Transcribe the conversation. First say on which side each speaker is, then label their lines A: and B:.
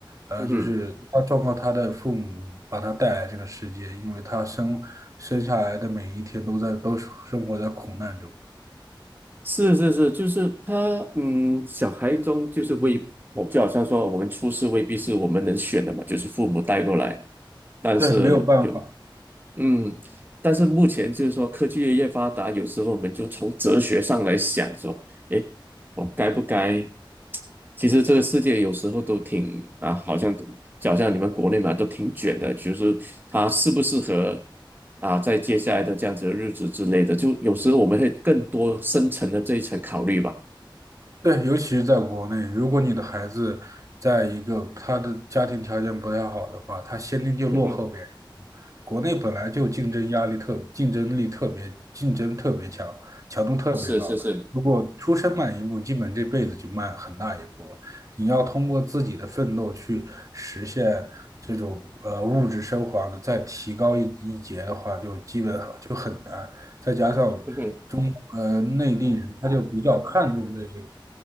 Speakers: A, on the right; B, on the right.
A: 呃，
B: 嗯哼，
A: 就是他状告他的父母把他带来这个世界，因为他生生下来的每一天都在都生活在苦难中。
B: 是是是，就是他，嗯，小孩中就是未，我就好像说我们出世未必是我们能选的嘛，就是父母带过来，但是有
A: 对，没有办法。
B: 嗯，但是目前就是说科技越越发达，有时候我们就从哲学上来想说，诶，我该不该？其实这个世界有时候都挺啊，好像都就好像你们国内嘛，都挺卷的，就是它适不适合啊，在接下来的这样子的日子之类的，就有时候我们会更多深层的这一层考虑吧。
A: 对，尤其是在国内，如果你的孩子在一个他的家庭条件不太好的话，他先天就落后别人一步。
B: <laughs> 嗯哼，
A: 国内本来就竞争压力特，竞争力特别，竞争特别强，强度特别高。
B: 是是是，
A: 如果出生慢一步，基本这辈子就慢很大一步了。你要通过自己的奋斗去实现这种呃物质生活的再提高一一截的话，就基本就很难。再加上中呃内地人，
B: 嗯哼，
A: 他就比较看重这这个，